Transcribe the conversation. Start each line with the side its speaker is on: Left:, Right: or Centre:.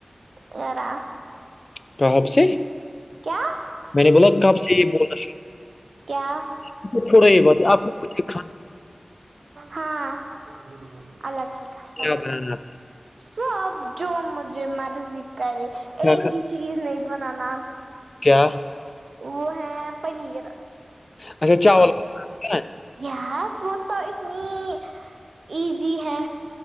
Right: ایرا
Left: تو آپ سے
Right: کیا
Left: میں نے بولا کب سے یہ بولنا
Right: کیا
Left: شروع چھوڑو یہ بات آپ کو کچھ
Right: ہاں اللہ کی قسم
Left: کھانا بنانا
Right: سب جو مجھے مرضی کرے ایک
Left: تھا کیا
Right: ہی چیز نہیں بنانا
Left: کیا
Right: وہ ہے پنیر
Left: اچھا چاول بنانا ہے
Right: یس وہ تو اتنی ایزی ہے